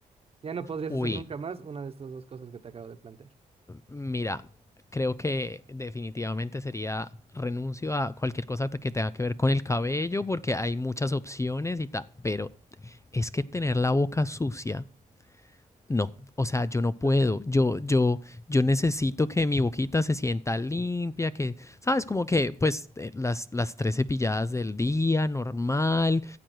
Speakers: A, on the right (about 40°); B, on the left (about 20°).
A: Ya no podrías
B: uy,
A: hacer nunca más una de estas dos cosas que te acabo de plantear.
B: mira, creo que definitivamente sería renuncio a cualquier cosa que tenga que ver con el cabello, porque hay muchas opciones y tal. Pero es que tener la boca sucia no, o sea, yo no puedo,
A: <laughs>
B: yo, yo, yo necesito que mi boquita se sienta limpia, que, sabes, como que, pues, eh, las, las tres cepilladas del día, normal,